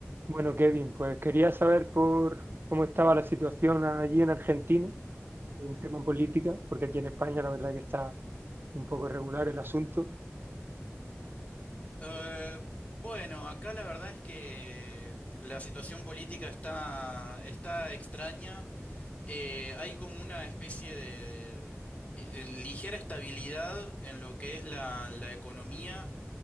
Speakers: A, on the right (about 50°); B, on the left (about 30°).
A: Bueno, Kevin, pues quería saber por cómo estaba la situación allí en Argentina, en tema política, porque aquí en España la verdad que está un poco irregular el asunto.
B: Eh, bueno, acá la verdad es que la situación política está, está extraña. Eh, hay como una especie de, de- de, eh, ligera estabilidad en lo que es la, la economía,